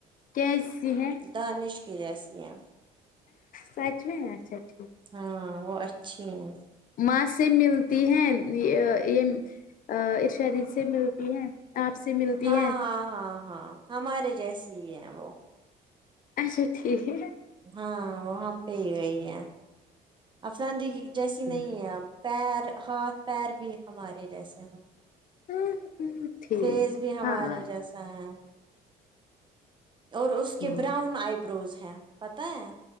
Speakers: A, on the left; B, on the right.
A: کیسی ہے
B: د نش کے جیسیے ہیں
A: سچ میں اچھا ٹھیک
B: ہاں وہ اچھی ہیں
A: ماں سے ملتی ہیں یہ یہ ارشا ر ی سے ملتی ہیں آپ سے ملتی
B: ہاں
A: ہیں
B: ہاں ہاں ہاں ہمارے جیسی ہی ہیں وہ ہاں
A: اچھا ٹھیک ہی ہے
B: ہاں وہ ہم پہ ہی گئی ہیں افساندہی کی جیسی
A: ٹھیک
B: نہیں ہے اب پیر ہاتھ پیر بھی ہمارے جیسے ہیں
A: ٹھیک ٹھیک
B: فیز بھی ہمارے
A: ہاں
B: جیس اں اور اس
A: ٹھیک
B: کے براؤن آئی بروز ہیں پتاہے